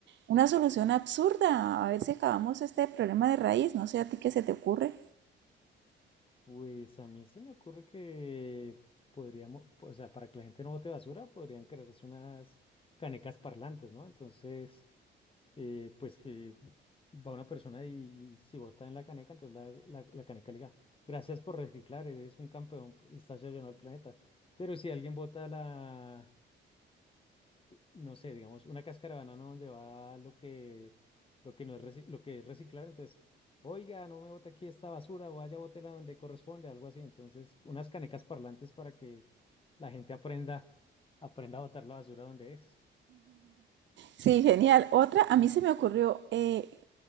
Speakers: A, on the right; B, on the left.
A: Una solución absurda, a ver si acabamos este problema de raíz, no sé a ti qué se te ocurre.
B: Pues a mí se me ocurre que podríamos, o sea, para que la gente no bote basura, podrían crearse unas canecas parlantes, ¿no? Entonces, eh, pues que va una persona y si bota en la caneca, entonces la, la- la caneca le diga, gracias por reciclar, eres un campeón y estás ayudando al planeta. Pero si alguien bota la, no sé, digamos, una cáscara de banana donde va lo que, lo que no es reci- lo que es reciclable. Entonces, oiga, no me bote aquí esta basura, vaya, bótela donde corresponde, algo así. Entonces, unas canecas parlantes para que la gente aprenda, aprenda a botar la basura donde es.
A: Sí, genial. Otra, a mí se me ocurrió eh,